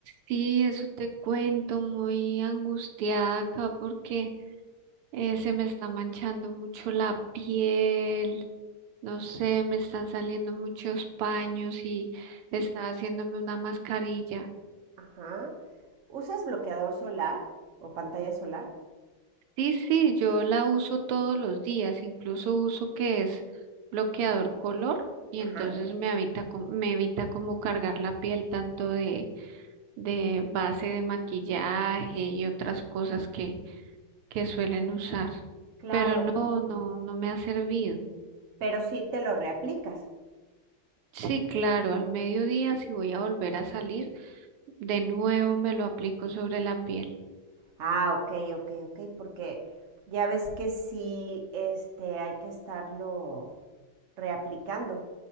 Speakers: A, on the right; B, on the right.
A: Sí, eso te cuento, muy angustiada acá porque eh, se me está manchando mucho la piel, no sé, me están saliendo muchos paños y está haciéndome una mascarilla.
B: Ajá. ¿Usas bloqueador solar o pantalla solar?
A: Sí, sí, yo la uso todos los días, incluso uso que es bloqueador color y
B: Ajá.
A: entonces me evita, co- me evita como cargar la piel tanto de, de base de maquillaje y otras cosas que que suelen usar,
B: Claro.
A: pero no, no, no me ha servido.
B: Pero sí te lo reaplicas.
A: Sí, claro, al mediodía si voy a volver a salir, de nuevo me lo aplico sobre la piel.
B: Ah, ok, ok, ok, porque ya ves que sí, este, hay que estarlo reaplicando.